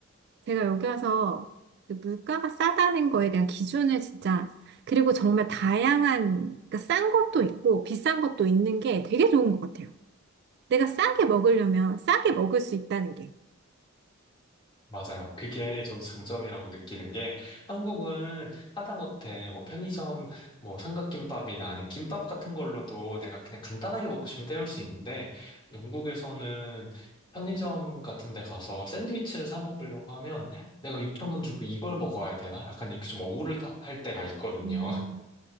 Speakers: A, on the right; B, on the left.
A: 제가 여기 와서 그 물가가 싸다는 거에 대한 기준을 진짜, 그리고 정말 다양한, 그러니까 싼 것도 있고 비싼 것도 있는 게 되게 좋은 것 같아요. 내가 싸게 먹으려면 싸게 먹을 수 있다는 게.
B: 맞아요. 그게 저도 장점이라고 느끼는 게 한국은 하다못해 뭐 편의점 뭐 삼각김밥이나 아니면 김밥 같은 걸로도 내가 그냥 간단하게 먹고 싶으면 때울 수 있는데 영국에서는 편의점 같은 데 가서 샌드위치를 사 먹으려고 하면 내가 6천 원 주고 이걸 먹어야 되나? 약간 이렇게 좀 억울할 때가 있거든요.
A: 음,